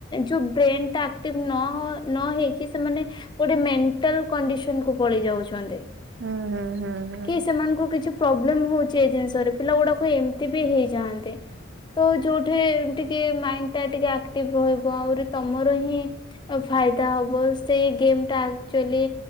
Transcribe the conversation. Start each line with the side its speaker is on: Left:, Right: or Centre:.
Left: ଯୋଉ ବ୍ରେନ ଟା ଆକ୍ଟିଭ ନ ନ ହେଇକି ସେମାନେ ଗୋଟେ ମେଣ୍ଟାଲ କଣ୍ଡିସନ କୁ ପଳେଇ ଯାଉଛନ୍ତି।
Right: ହୁଁ ହୁଁ ହୁଁ ହୁଁ।
Left: କି ସେମାନଙ୍କୁ କିଛି ପ୍ରୋବ୍ଲେମ ହଉଛି ଏ ଜିନିଷରେ ପିଲା ଗୁଡାକୁ ଏମତି ବି ହେଇଯାଆନ୍ତି। ତ ଯୋଉଠି ଟିକେ ମାଇଣ୍ଡ ଟା ଟିକେ ଆକ୍ଟିଭ ରହିବ ଆହୁରି ତମର ହିଁ ଫାଇଦା ହବ ସେଇ ଗେମ୍ ଟା ଆକ୍ଚୁଲି